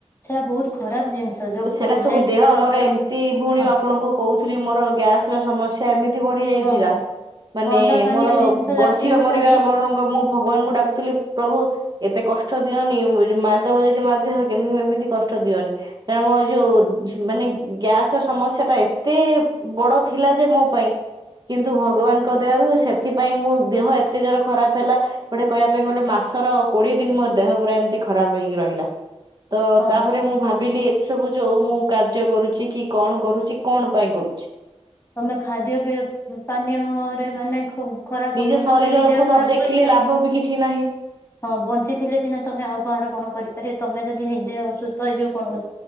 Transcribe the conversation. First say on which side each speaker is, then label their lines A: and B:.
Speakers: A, on the left (about 20°); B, on the right (about 40°).
A: ସେଇଟା ବହୁତ ଖରାପ ଜିନିଷ ଯୋଉ
B: ସେଟା
A: କୋଲ୍ଡ
B: ସବୁ
A: ଡ୍ରିଙ୍କସ
B: ଦେହ
A: ଯୋଉ
B: ମୋର
A: ଆପଣ
B: ଏମିତି ଭଉଣୀ
A: ହଁ
B: ଆପଣଙ୍କୁ କହୁଥିଲି ମୋର ଗ୍ୟାସ ର ସମସ୍ୟା ଏମିତି ତି ବଢିଯାଇଥିଲା
A: ହଁ
B: ମାନେ
A: ଥଣ୍ଡା ପାନୀୟ
B: ମୋର
A: ଜିନିଷ
B: ବଞ୍ଚିବା
A: ଯା ପିଉଛନ୍ତି
B: ମରିବା ମ ମୁଁ ଭଗବାନଙ୍କୁ ଡାକୁଥିଲି ପ୍ରଭୁ ଏତେ କଷ୍ଟ ଦିଅନି ମାରିଦବ ଯଦି ମାରିଦିବ କିନ୍ତୁ ଏମିତି କଷ୍ଟ ଦିଅନି କାରଣ ମୋ ଯୋଉ ମାନେ ଗ୍ୟାସ ର ସମସ୍ୟା ଟା ଏତେ ବଡ ଥିଲା ଯେ ମୋ ପାଇଁ କିନ୍ତୁ ଭଗବାନଙ୍କ ଦେହରୁ ସେଥିପାଇଁ ମୋ ଦେହ ଏତେ ଜୋର ଖରାପ ହେଲା ଗୋଟେ କହିବା ପାଇଁ ଗଲେ ମା ସର କୋଡିଏ ଦିନ ମୋ ଦେହ ପୁରା ଏମିତି ଖରାପ ହେଇକି ରହିଲା ତ
A: ହଁ
B: ତାପରେ ମୁଁ ଭାବିଲି ଏତେ ସବୁ ଯୋଉ ମୁଁ କାର୍ଯ୍ୟ କରୁଛି କି କଣ କରୁଛି କଣ ପାଇଁ କରୁଛି?
A: ତମେ ଖାଦ୍ୟ ପାନୀୟରେ ମାନେ ଖୁବ ଖରାପ
B: ନିଜ
A: ଅଭ୍ୟାସ
B: ଶରୀରକୁ
A: କରିକି ଦେହ ଖରାପ
B: ନ ଦେଖିଲେ
A: କରିଚ।
B: ଲାଭ ବି କିଛି ନାହିଁ।
A: ହଁ ବଞ୍ଚିଥିଲେ ସିନା ତମେ ଆଉ କାହାର କଣ କରିପାରିବ ତମେ ଯଦି ନିଜେ ଅସୁସ୍ଥ ହେଇଯିବ କଣ କର